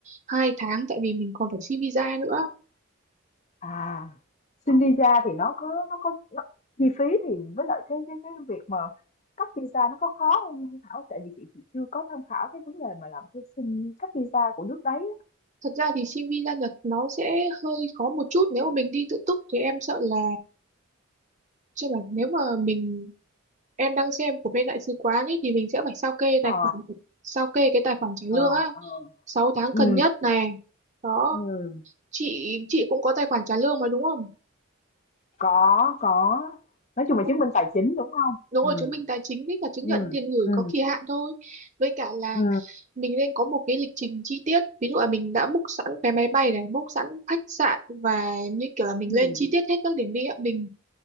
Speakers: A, on the right; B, on the left.
A: hai tháng tại vì mình còn phải xin visa nữa
B: À,
A: Ờ,
B: xin visa thì nó có nó có nó, chi phí thì với lại cái cái cái việc mà cấp visa nó có khó không Hương Thảo? Tại vì chị chị chưa có tham khảo cái vấn đề mà làm cái xin cấp visa của nước đấy. á.
A: thật ra thì xin visa Nhật nó sẽ hơi khó một chút nếu mà mình đi tự túc thì em sợ là chứ là nếu mà mình em đang xem của bên đại sứ quán ấy thì mình sẽ phải sao kê
B: Ờ,
A: tài khoản sao kê cái tài khoản trả
B: ờ,
A: lương á
B: ờ.
A: sáu tháng
B: Ừ.
A: cần nhất này đó
B: ừ
A: chị chị cũng có tài khoản trả lương mà đúng không
B: có, có, nói
A: Ờ.
B: chung là chứng minh tài chính, đúng không
A: đúng
B: ừ
A: rồi chứng minh tài chính với cả chứng
B: ừ
A: nhận tiền gửi
B: ừ
A: có kỳ hạn thôi với cả là
B: ừ
A: mình nên có một cái lịch trình chi tiết ví dụ là mình đã book sẵn vé máy bay này book sẵn khách sạn và như kiểu là mình
B: ừm,
A: lên chi tiết hết các điểm đi ạ mình